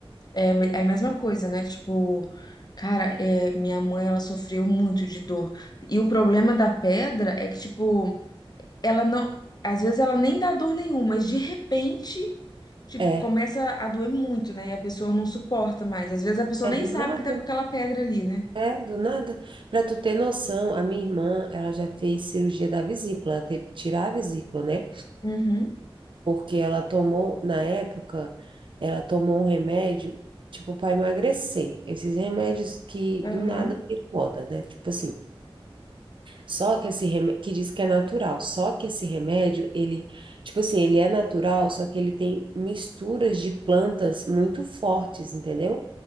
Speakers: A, on the left (about 45°); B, on the right (about 60°).
A: É, me- é a mesma coisa, né? Tipo, cara, é, minha mãe, ela sofreu muito de dor. E o problema da pedra é que, tipo, ela não. Às vezes ela nem dá dor nenhuma, mas de repente, tipo,
B: É.
A: começa a doer muito, né? E a pessoa não suporta mais. Às vezes a pessoa
B: É
A: nem
B: do
A: sabe
B: nada.
A: que tá com aquela pedra ali, né?
B: É, do nada. Para tu ter noção, a minha irmã, ela já fez cirurgia da vesícula, ela teve que tirar a vesícula, né?
A: Uhum.
B: Porque ela tomou, na época, ela tomou um remédio, tipo, para emagrecer. Esses remédios que
A: Aham.
B: do nada viram moda, né? Tipo assim, só que esse remédio, que diz que é natural, só que esse remédio, ele, tipo assim, ele é natural, só que ele tem misturas de plantas muito fortes, entendeu?